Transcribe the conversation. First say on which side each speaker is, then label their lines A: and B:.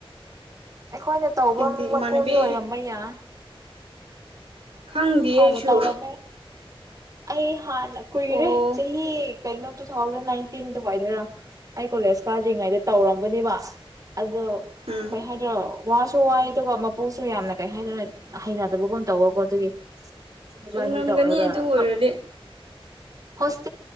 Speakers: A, on the right (about 35°); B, on the right (about 75°).
A: ꯑꯩꯈꯣꯏꯅ ꯇꯧꯕ
B: ꯀꯤꯟꯇꯤ
A: ꯃꯄꯨꯁꯨ
B: ꯏꯃꯥꯟꯅꯕꯤ
A: ꯑꯣꯏꯔꯝꯕ ꯌꯥꯏ
B: ꯈꯪꯗꯤꯌꯦ
A: ꯍꯥꯟꯅ
B: ꯑꯩꯁꯨ
A: ꯇꯧꯔꯝꯃꯦ ꯑꯩ ꯍꯥꯟꯅ ꯀꯨꯏꯔꯦ
B: ꯑꯣ
A: ꯆꯍꯤ ꯀꯩꯅꯣ ꯇꯨ ꯊꯥꯎꯖꯟ ꯅꯥꯏꯟꯇꯤꯟꯗꯨꯋꯥꯏꯗꯔ ꯑꯩ ꯀꯣꯂꯦꯖ ꯀꯥꯗ꯭ꯔꯤꯉꯩꯗ ꯇꯧꯔꯝꯕꯅꯦꯕ ꯑꯗꯣ
B: ꯎꯝ
A: ꯀꯩ ꯍꯥꯏꯗꯣꯏꯔꯣ ꯋꯥꯁꯨ ꯋꯥꯏ ꯑꯗꯨꯒ ꯃꯄꯨꯁꯨ ꯌꯥꯝꯅ ꯀꯩ ꯍꯥꯏꯗꯣꯏꯔ ꯍꯩꯅꯗꯕꯒꯨꯝ ꯇꯧꯕꯀꯣ ꯑꯗꯨꯒꯤ ꯏꯕꯥꯟꯅꯤ
B: ꯆꯨꯝꯔꯝꯒꯅꯤ
A: ꯇꯧꯔꯒ
B: ꯑꯗꯨ ꯑꯣꯏꯔꯗꯤ
A: ꯍꯛ ꯍꯣꯁ